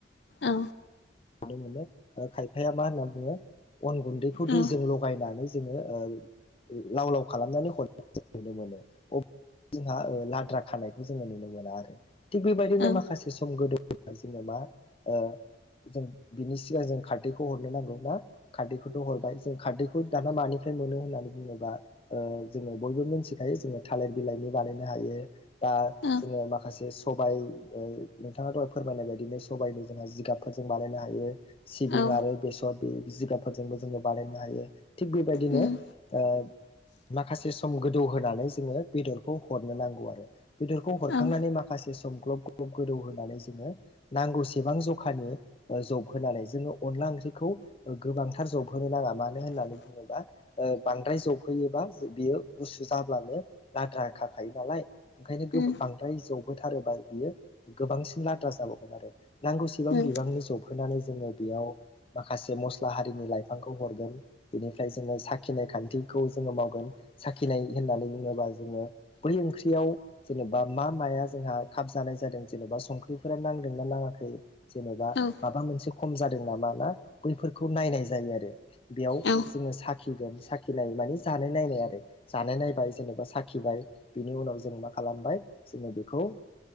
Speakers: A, on the left; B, on the left.
A: औ
B: नुनो मोनो ओ खायफाया मा होनना बुङो अन गुन्दैखौ
A: औ
B: दैजों लगायनानै जोङो ओ लाव लाव खालामनानै हरनाय नुनो मोनो अ जोंहा लाद्रा खानायखौ जोङो नुनो मोना आरो थिग बेबायदिनो
A: औ
B: माखासे सम गोदो जोङो मा ओ जों बिनि सिगां जों खारदैखौ हरनो नांगौ ना खारदैखौथ' हरबाय जों खारदैखौ दाना मानिफ्राय मोनो होननानै बुङोबा ओ जोङो बयबो मिथिखायो जोङो थालिर बिलाइनि बानायनो हायो दा
A: औ
B: जोङो माखासे सबाय ओ नोंथाङा दहाय फोरमायनाय बायदिनोै सबायाइनि जोंहा जिगाब फोरजों बानायनो हायो सिबिं
A: औ
B: आरो बेसर बे जिगाबफोरजोंबो जोङो बानायनो हायो थिग बेबायदिनो
A: उम
B: ओ माखासे सम गोदौ होनोनानै जोङो बेदरखौ हरनो नांगौ आरो बेदरखौ
A: औ
B: हरखांनानै
A: उम
B: माखासे सम ग्लब ग्लब गोदौ होनानै जोङो नांगौसेबां जखानि जब होनानै जोङो अनला ओंख्रिखौ गोबांथार जब होनो नाङा मानो होननानै बुङोबा ओ बांद्राय जबहोयोबा बियो गुसु जाब्लानो लाद्राखाखायो नालाय ओंखायनो
A: उम
B: गो बांद्राय जबहोथारोबा बियो गोबांसिन लाद्रा जाबावगोन आरो नांगौ
A: उम
B: बिबांनि
A: औ उम औ
B: जौफैनानै जोङो बेयाव माखासे मस्ला हारिनि लाइफांखौ हरगोन बिनिफ्राय जोङो साखिनाय खान्थिखौ जोङो मावगोन साखिनाय होननानै बुङोबा जोङो बै ओंख्रियाव जेनेबा मा माया जोंहा खाबजानाय जादों जेन'बा संख्रिफोरा नांदोंना नाङाखै जेन'बा
A: उम
B: माबा मोनसे खम जादों नामा ना बैफोरखौ नायनाय जायो आरो बेयाव
A: औ
B: जोङो साखिगोन सा खिनाय मानि जानाय नायनाय आरो जानाय नायबाय जेनेबा सा खिबाय बिनि उनाव जों मा खालामबाय जोङो बेखौ